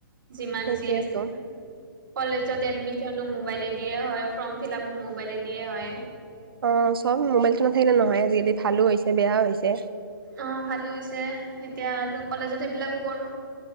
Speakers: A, on the right (about 60°); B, on the right (about 80°).
A: যিমান
B: সেইটোৱেতো।
A: যি আছে কলেজত এডমিচনো মোবাইলে। দিয়ে হয় ফৰ্ম ফিল আাপো মোবাইলে দিয়ে হয়।
B: অ চব মোবাইলটো নাথাকিলে নহয় আজিকালি ভালো হৈছে বেয়াও হৈছে।
A: অ ভালো হৈছে এতিয়া আৰু কলেজত সেইবিলাকো কৰোঁ।